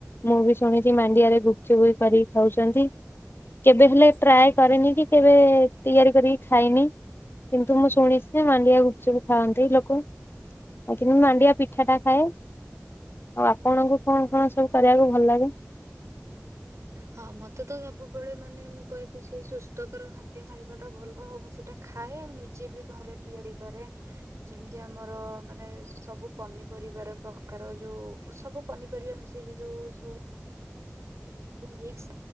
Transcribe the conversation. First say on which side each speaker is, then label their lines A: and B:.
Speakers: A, on the left; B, on the right.
A: ମୁଁ ବି ଶୁଣିଛି ମାଣ୍ଡିଆରେ ଗୁପଚୁପ ବି କରିକି ଖାଉଛନ୍ତି। କେବେ ହେଲେ ଟ୍ରାଏ କରେନି କି, କେବେ ତିଆରି କରିକି ଖାଇନି, କିନ୍ତୁ! ମୁଁ ଶୁଣିଛି। ସେ ମାଣ୍ଡିଆ ଗୁପଚୁପ ଖାଆନ୍ତି ଲୋକ, ଆଉ କିନ୍ତୁ ମାଣ୍ଡିଆ ପିଠା ଟା ଖାଏ। ଆଉ ଆପଣଙ୍କୁ କଣ କଣ ସବୁ କରିବାକୁ ଭଲ ଲାଗେ?
B: ହଁ! ମତେ ତ ସବୁବେଳେ ମାନେ ମୁଁ କହିବି ସେ ସୁସ୍ଥକର ଖାଦ୍ୟ ଖାଇବାଟା ଭଲ, ଆଉ ମୁଁ ସେଇଟା ଖାଏ ଆଉ ନିଜେ ବି ଘରେ ତିଆରି କରେ। ଯେମିତି ଆମର ମାନେ ସବୁ ପନିପରିବାାର ପ୍ରକାର ଯୋଉ ସବୁ ପନିପରିବା ମିଶେଇକି ଯୋଉ ସବୁ, ସବୁ ମିକ୍ସ